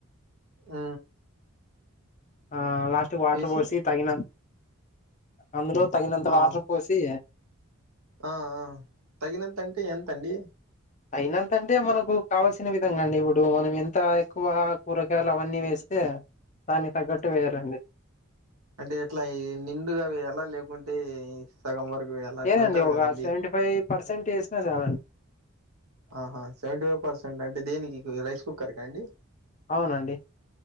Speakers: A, on the right; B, on the left.
A: ఉ
B: ఆ లాస్ట్ వాటర్
A: వేసి
B: పోసి తగినంత అందులో తగినంత
A: ఆ
B: వాటర్ పోసి
A: ఆ తగినంతంటే ఎంతండి
B: తగినంతంటే మనకు కావల్సిన విధంగా అండి ఇప్పుడు మనం ఎంత ఎక్కువ కూరగాయలు అవన్నీ వేస్తే దానికి తగ్గట్టు వేయాలండి
A: అ అంటే ఎట్లా ఈ నిండుగా వేయాలా లేకుంటే ఈ సగం వరకు ఎలా
B: లేదండి
A: అట్లుంటది
B: ఒక
A: కదండి
B: సెవెంటీ ఫైవ్ పర్సెంట్ చేసినా చాలండి
A: ఆహా సెవెంటీ ఫైవ్ పర్సెంట్ అంటే దేనికి రైస్ కుక్కర్కా అండి
B: అవునండి